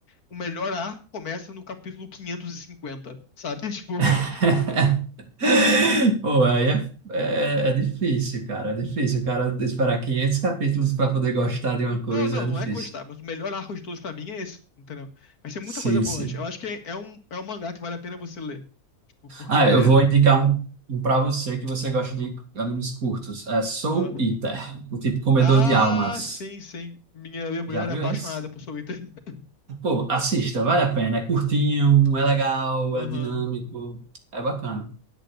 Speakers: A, on the left (about 80°); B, on the right (about 70°).
A: o melhor arco começa no capítulo quinhentos e cinquenta sabe? <laughs> Tipo...
B: <laughs> Pô, aí é, é, é difícil, cara. É difícil, cara, esperar 500 capítulos para poder gostar de uma coisa
A: Não, não,
B: é difícil.
A: não é gostar, mas o melhor arco de todos pra mim é esse, entendeu? Mas tem
B: Sim,
A: muita coisa boa
B: sim.
A: antes. Eu acho que é, é um, é um mangá que vale a pena você ler. Tipo, porque
B: Ah,
A: ele
B: eu
A: é.
B: vou indicar um, um para você que você gosta de animes curtos. É Soul
A: Ah,
B: Eater, o tipo comedor
A: Ah,
B: de almas.
A: sim, sim. Minha, minha mulher
B: Já viu
A: é apaixonada
B: esse?
A: por Soul Eater. <laughs>
B: Pô, assista, vale a pena. É curtinho, é legal,
A: Aham.
B: é dinâmico, é bacana.